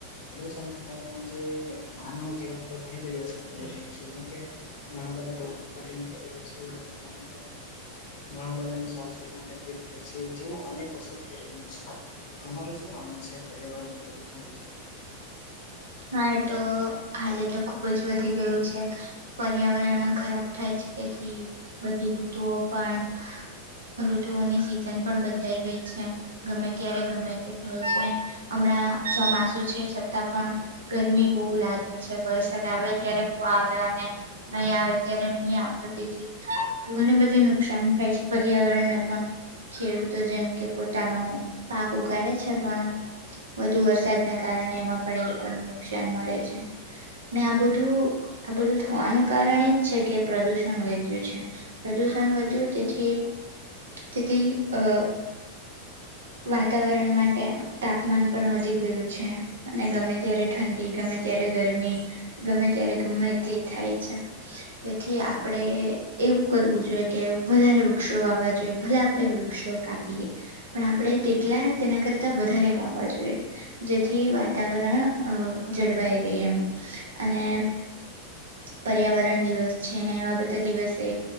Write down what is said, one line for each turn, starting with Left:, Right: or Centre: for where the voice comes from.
Left: પ્રદુષણ ના કારણે આજે માનવ જીવન પર ઘણી બધી અસર પડી રહી છે જેમ કે ઘણા બધા રોગ ફાટી નીકળ્યા છે ઘણા બધા ઘણા બધાને સ્વાસ લેવામાં તકલીફ થાય છે જેવું અનેક વસ્તુ થઈ રહ્યું છે તમાર હું માનુ છે પર્યાવરણ પ્રદૂષણ વિષ
Right: હા એ તો હાલે તો ખુબ જ વધી ગયું છે પર્યાવરણ ખરાબ ખાાય છે તેથી. બધી ઋતુઓ પણ ઋતુઓની સિઝન પણ બદલા ગઈ છે. ગમે ત્યારે ગમે તે થાય છે હમણાં ચોમાસું છે છતાં પણ ગરમી બહુ લાગે છે વરસાદ આવે ત્યારે બહ આવે અને નહીં આવે ત્યારે નહી આવતું તેથી. ઘણી બધી નુકસાન થાય છે પર્યાવરણ ને પણ ખેડૂતો જેમ કે પોતાનો પાક ઉગાડે છે પણ વધુ વરસાદને કારણે એમાં પણ એ લોકોને નુકસાન મળે છે. ને આ બધું આ બધું થવાનું કારણ એજ છે કે પ્રદુષણ વધય્યું છે. પ્રદૂષણ વધ્યું તેથી તેથી અ વાતાવરણ માટે તાપમાન પણ વધી ગયું છે અને ગમે ત્યારે ઠંડી ગમે ત્યારે ગરમી ગમે ત્યારે ગમે તે થાય છે. તેથી આપણેે. એવું કરવું જોઈએ કે વધારે વૃક્ષો વાવા જોઈએ ભલે આપણે વૃક્ષો કાપીએ પણ આપણે તેટલા તેના કરતા વધારે વાવા જોઈએ જેથી વાતાવરણ અ જળવાઈ રહી એમ અને પર્યાવરણ દિવસ છે ને એવા બધા દિવસે